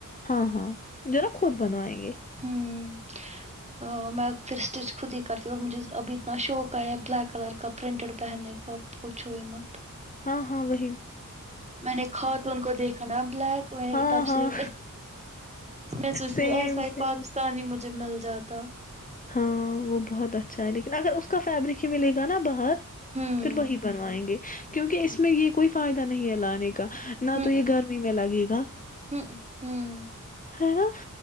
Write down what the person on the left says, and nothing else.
ہاں ہاں جو نا خود بنوائیں گے
ہاں ہاں وہ
ہاں
ہاں
سیم
سیم
ہاں وہ بہت اچھا ہے لیکن اگر اس کا فیبرک ہی ملے گا نا باہر
پھر وہی بنوائیں گے کیونکہ اس میں یہ کوئی فائدہ نہیں ہے لانے کا نہ
تو یہ گرمی میں لگے گا
ہے نا